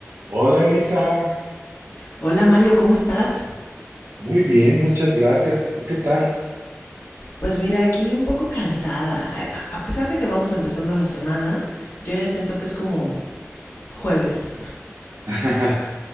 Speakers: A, on the right; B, on the left.
A: Hola Elisa,
B: Hola Mario, ¿cómo estás?
A: muy bien, muchas gracias. ¿Y tú qué tal?
B: Pues mira, aquí un poco cansada. A pesar de que vamos empezando la semana, yo ya siento que es como jueves.
A: <laughs>